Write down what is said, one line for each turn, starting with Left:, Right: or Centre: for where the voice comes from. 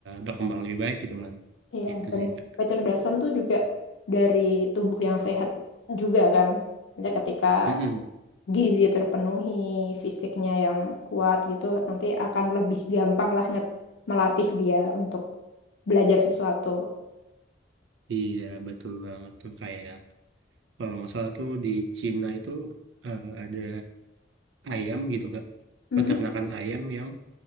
Right: berkembang lebih baik gitu kan.
Left: Iya,
Right: Gitu
Left: dan
Right: sih Kak.
Left: kecerdasan tuh juga dari tubuh yang sehat juga kan. Jadi ketika
Right: Mm-mm.
Left: gizi terpenuhi, fisiknya yang kuat gitu, nanti akan lebih gampang lah nge- melatih dia untuk belajar sesuatu.
Right: Iya betul banget tuh kayak kalau nggak salah tuh di Cina itu eh, ada ayam gitu Kak.
Left: Mm-mm.
Right: Peternakan ayam yang